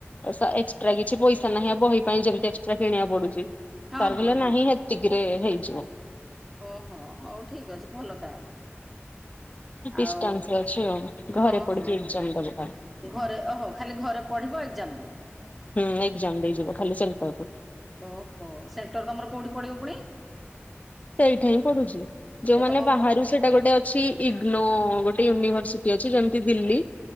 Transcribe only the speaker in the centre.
ହଁ ହଁ
ହଁ।
ଓହୋ ହୋଉ ଠିକ୍ ଅଛି ଭଲ ତାହେଲେ।
ଆଉ
ହଁ
ହଁ
ହଁ
ଘରେ ଓହୋ ଖାଲି ଘରେ ପଢିବ ଏକ୍ସାମ ଦବ।
ଓହୋ ସେଣ୍ଟର ତମର କୋଉଠି ପଡିବ ପୁଣି?
ଏ ତମ
ହଁ